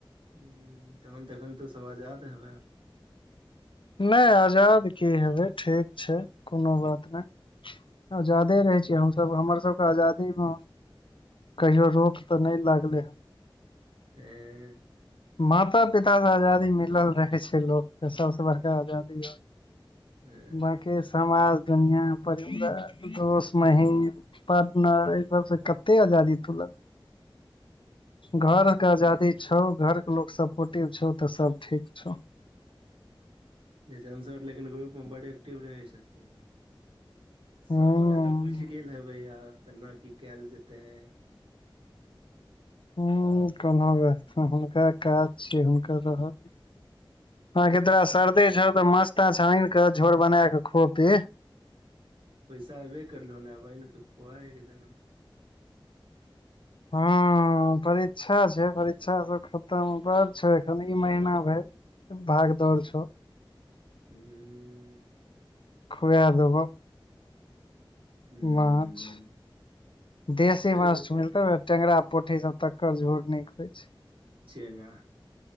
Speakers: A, on the right; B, on the left.
A: हु तहन त अखन तो स आजाद हेबा।
B: नइ आजाद की हेबै ठीक छै कोनो बात नहि। आजादे
A: अच्छा
B: रहै छीय हमसभ हमर सबके आजादी मे कहियो रोक तऽ नहि लागलै हन।
A: एह।
B: माता पिता स आजादी मिलल रहे छै लोकके सबसे बड़का आजादी वैह
A: ए
B: बाकी समाज दुनिया परिवार दोस महीम पार्टनर एहि सब से कते आजादी तू लग घर के आजादी छौ घर के लोग सपोर्टिव छौ त सब ठीक छौ।
A: <unintelligible> सर लेकिन ग्रुप मे बड एक्टिव रहै छथिन सबगोटा
B: हूँ
A: तऽ बुझि गेल हेबेय आब केना की कयल जेतैय।
B: ह कोना व हुनका काज छिय हुनकर रहऽ दी हँ की तोरा सर्दी छौ तऽ माछ ताछ आन के झोर बना क खो पी।
A: पैसा अबे करलहन आब आनि कऽ खुआ एक दिना।
B: हँ परीक्षा छै परीक्षा सब खतम हुब छौ एखन ई महीना भइर भाग दौड़ छौ।
A: हूँ।
B: खुएै देबो।
A: हूँ
B: माछ देसी
A: ए
B: माछ मिलतो त टेंगड़रा पोठी सब तकर झोर निक होइ छै।
A: चेंगा।